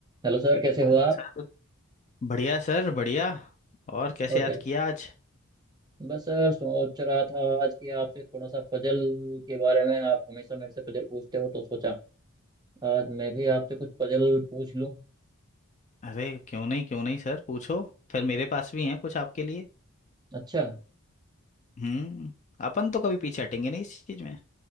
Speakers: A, on the right; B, on the left.
A: Hello sir कैसे हो
B: Hello
A: आप
B: sir बढ़िया sir बढ़िया और कैसे
A: और
B: याद
A: क्या
B: किया आज
A: बस सर सोच रहा था आज कि आपसे थोड़ा सा पजल के बारे में आप हमेशा मेरे से पजल पूछते हो तो सोचा आज मैं भी आपसे कुछ पजल पूछ लूं
B: अरे क्यों नहीं क्यों नहीं सर पूछो फिर मेरे पास भी हैं कुछ आपके लिए
A: अच्छा
B: हम्म अपन तो कभी पीछे हटेंगे नहीं इस चीज में